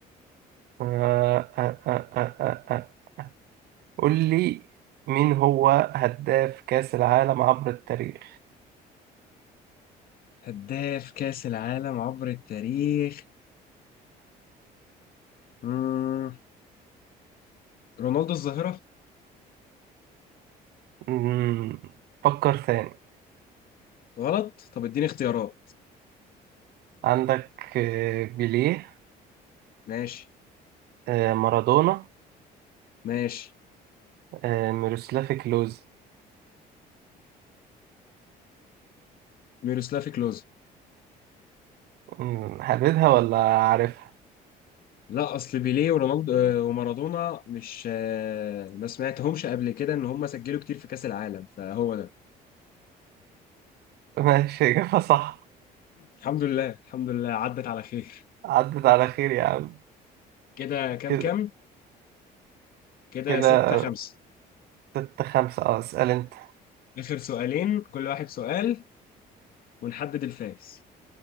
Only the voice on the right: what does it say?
آه آه آه آه آه آه. قول لي مين هو هداف كأس العالم عبر التاريخ
مم. فكر ثاني
عندك آه، بيليه
آه، مارادونا
آه، ميروسلافي كلوز
أمم، حبيتها ولا عارفها
<laughs> ماشي إجابة صح
عدت على خير يا عم
كده
كده
ستة خمسة اه اسأل انت